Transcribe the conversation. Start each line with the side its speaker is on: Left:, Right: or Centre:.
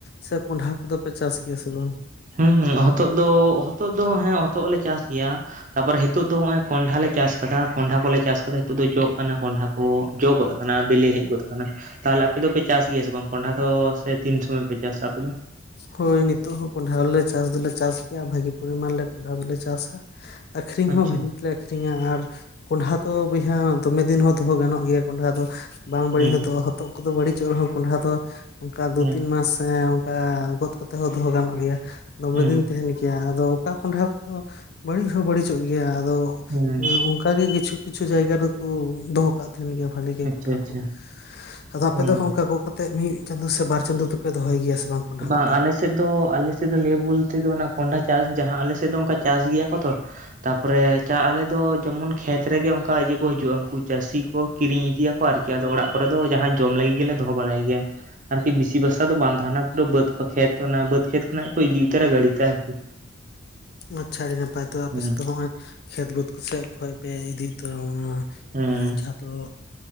Left: ᱥᱮ ᱠᱚᱸᱰᱷᱦᱟ ᱠᱚᱫᱚ ᱯᱮ ᱪᱟᱥ ᱜᱮᱭᱟ ᱥᱮ ᱵᱟᱝ?
Right: ᱦᱩᱸ ᱦᱩᱸ ᱦᱚᱛᱚᱫ ᱫᱚ ᱦᱚᱛᱚᱫ ᱫᱚ ᱦᱮᱸ ᱦᱚᱛᱚᱫ ᱞᱮ ᱪᱟᱥ ᱜᱤᱭᱟ᱾ ᱛᱟᱯᱚᱨᱮ ᱦᱤᱸᱛᱩᱜ ᱫᱚ ᱦᱚᱸᱜ-ᱚᱭ ᱠᱚᱸᱰᱷᱦᱟ ᱞᱮ ᱪᱟᱥ ᱠᱟᱫᱟ ᱠᱚᱸᱰᱷᱦᱟ ᱠᱚᱞᱮ ᱪᱟᱥ ᱠᱟᱫᱟ ᱦᱤᱸᱛᱩᱜ ᱫᱚ ᱡᱚᱜ ᱠᱟᱱᱟ ᱠᱚᱸᱰᱷᱟ ᱠᱚ᱾ ᱡᱚ ᱜᱚᱫ ᱟᱠᱟᱱᱟ ᱵᱮᱞᱮ ᱦᱮᱡ ᱜᱚᱫ ᱟᱠᱟᱱᱟ᱾ ᱛᱟᱦᱚᱞᱮ ᱟᱯᱮ ᱫᱚᱯᱮ ᱪᱟᱥ ᱜᱮᱭᱟ ᱥᱮ ᱵᱟᱝ ᱠᱚᱸᱰᱷᱟ ᱫᱚ ᱥᱮ ᱛᱤᱱ ᱥᱚᱢᱟᱹᱭ ᱯᱮ ᱪᱟᱥᱟ ᱟᱯᱮ ᱫᱚ?
Left: ᱦᱳᱭ ᱱᱤᱛᱚᱜ ᱦᱚᱸ ᱠᱚᱸᱰᱷᱦᱟ ᱦᱚᱸᱞᱮ ᱪᱟᱥ ᱫᱚᱞᱮ ᱪᱟᱥ ᱜᱤᱭᱟ ᱵᱷᱟᱜᱤ ᱯᱚᱨᱤᱢᱟᱱ ᱞᱮ ᱠᱚᱸᱰᱷᱦᱟ ᱫᱚᱞᱮ ᱪᱟᱥᱟ᱾ ᱟᱹᱠᱷᱨᱤᱧ
Right: ᱟᱪᱪᱷᱟ
Left: ᱦᱚᱸ ᱵᱷᱟᱜᱤ ᱵᱟᱞᱮ ᱟᱹᱠᱷᱨᱤᱧᱟ ᱟᱨ ᱠᱚᱸᱰᱷᱦᱟ ᱫᱚ ᱵᱚᱭᱦᱟ ᱫᱚᱢᱮ ᱫᱤᱱ ᱦᱚᱸ ᱫᱚᱦᱚ ᱜᱟᱱᱚᱜ ᱜᱮᱭᱟ ᱠᱚᱸᱰᱷᱦᱟ ᱫᱚ᱾ ᱵᱟᱝ ᱵᱟᱹᱲᱤᱡ
Right: ᱦᱩᱸ
Left: ᱦᱚᱫᱚᱜ-ᱟ ᱦᱚᱛᱚᱜ ᱠᱚᱫᱚ ᱵᱟᱹᱲᱤᱪᱚᱜ ᱨᱮᱦᱚᱸ ᱠᱚᱸᱰᱦᱟ ᱫᱚ ᱚᱱᱠᱟ ᱫᱩ
Right: ᱦᱩᱸ
Left: ᱛᱤᱱ ᱢᱟᱥ ᱮᱸ ᱚᱱᱠᱟᱼᱼ ᱜᱚᱫ ᱠᱟᱛᱮᱜ ᱦᱚᱸ ᱫᱚᱦᱚ ᱜᱟᱱᱚᱜ ᱜᱮᱭᱟ, ᱫᱚᱢᱮ
Right: ᱦᱩᱸ
Left: ᱫᱤᱱ ᱛᱮᱦᱮᱱ ᱜᱮᱭᱟ᱾ ᱟᱫᱚᱼᱼ ᱚᱠᱟ ᱠᱚᱸᱰᱷᱟ ᱠᱚ ᱦᱚᱸ ᱵᱟᱹᱲᱤᱡ ᱦᱚᱸ ᱵᱟᱹᱲᱤᱪᱚᱜ ᱜᱮᱭᱟ ᱟᱫᱚ
Right: ᱦᱩᱸ
Left: ᱮᱸ ᱚᱝᱠᱟ ᱜᱮ ᱠᱤᱪᱷᱩᱼᱼ ᱠᱤᱪᱷᱩ ᱡᱟᱭᱜᱟ ᱨᱮᱠᱩ ᱫᱚᱦᱚ ᱠᱟᱜ ᱛᱮᱦᱮᱱ ᱜᱮᱭᱟ ᱵᱷᱟᱞᱤ ᱜᱮ
Right: ᱦᱩᱸ ᱟᱪᱪᱷᱟ
Left: ᱠᱚᱸᱰᱷᱟ
Right: ᱟᱪᱪᱷᱟ
Left: ᱠᱩ, ᱟᱫᱚ ᱟᱯᱮ
Right: ᱦᱩᱸ
Left: ᱫᱚ ᱦᱚᱸᱜ-ᱚ ᱱᱚᱝᱠᱟ ᱜᱟᱜ ᱠᱟᱛᱼᱼ ᱛᱮᱜ ᱢᱤᱫ ᱪᱟᱸᱫᱚ ᱥᱮ ᱵᱟᱨ ᱪᱟᱸᱫᱚ ᱫᱚᱯᱮ ᱫᱚᱦᱚᱭ ᱜᱮᱭᱟ ᱥᱮ ᱵᱟᱝ? ᱠᱚᱸᱰᱷᱟ
Right: ᱵᱟᱝ
Left: ᱠᱚᱫᱚ
Right: ᱟᱞᱮᱼᱼ ᱥᱮᱫ ᱫᱚ ᱟᱞᱮ ᱥᱮᱫ ᱫᱚ ᱞᱟᱭᱹ ᱵᱩᱞᱛᱮ ᱫᱚ ᱚᱱᱟ ᱠᱚᱸᱰᱦᱷᱟ ᱪᱟᱥ ᱡᱟᱦᱟᱸ ᱟᱞᱮ ᱥᱮᱜ ᱫᱚ ᱚᱱᱠᱟ ᱪᱟᱥ ᱜᱮᱭᱟ ᱠᱚ ᱛᱚᱼᱼ ᱛᱟᱯᱚᱨᱮ ᱪᱟ ᱟᱞᱮ ᱫᱚ ᱡᱚᱢᱚᱱ ᱠᱷᱮᱛ ᱨᱮᱜᱮ ᱚᱱᱠᱟ ᱤᱭᱟᱹ ᱠᱚ ᱦᱤᱡᱩᱜ-ᱟ ᱩᱱᱠᱩ ᱪᱟᱹᱥᱤ ᱠᱚ᱾ ᱠᱤᱨᱤᱧ ᱤᱫᱤᱭᱟ ᱠᱚ ᱟᱨᱠᱤ ᱟᱫᱚ ᱚᱲᱟᱜ ᱠᱚᱨᱮ ᱫᱚ ᱡᱟᱦᱟᱸᱭ ᱡᱚᱢ ᱞᱟᱹᱜᱤᱫ ᱜᱮᱞᱮ ᱫᱚᱦᱚ ᱵᱟᱲᱟᱭ ᱜᱮᱭᱟ᱾ ᱟᱨ ᱠᱤ ᱵᱮᱥᱤ ᱵᱟᱥᱟ ᱫᱚ ᱵᱟᱝ ᱛᱟᱦᱟᱱᱟ᱾ ᱫᱚ ᱵᱟᱹᱛᱷ ᱠᱷᱚ ᱠᱷᱮᱛ ᱚᱱᱟ ᱵᱟᱹᱫᱽ ᱠᱷᱮᱛ ᱠᱷᱚᱱᱟᱜ ᱜᱮ ᱠᱚ ᱤᱫᱤ ᱩᱛᱟᱹᱨᱟ ᱜᱟᱹᱲᱤ ᱛᱮ ᱟᱨᱠᱤ᱾
Left: ᱟᱪᱪᱷᱟ ᱟᱹᱰᱤ ᱱᱟᱯᱟᱭ ᱛᱚ ᱟᱯᱮ
Right: ᱦᱩᱸ
Left: ᱥᱮᱜ ᱫᱚ ᱦᱚᱸᱜ-ᱚᱭ ᱠᱷᱮᱛ ᱵᱟᱹᱫᱽ ᱠᱚ ᱥᱮᱜ ᱠᱷᱚᱡ‌ ᱯᱮ ᱤᱫᱤ ᱩᱛᱟᱹᱨᱟ ᱦᱚᱸᱜ-ᱚ ᱱᱚᱶᱟ᱾
Right: ᱦᱩᱸ
Left: ᱮᱸᱻ ᱡᱟᱦᱟᱸ ᱫᱚᱼᱼ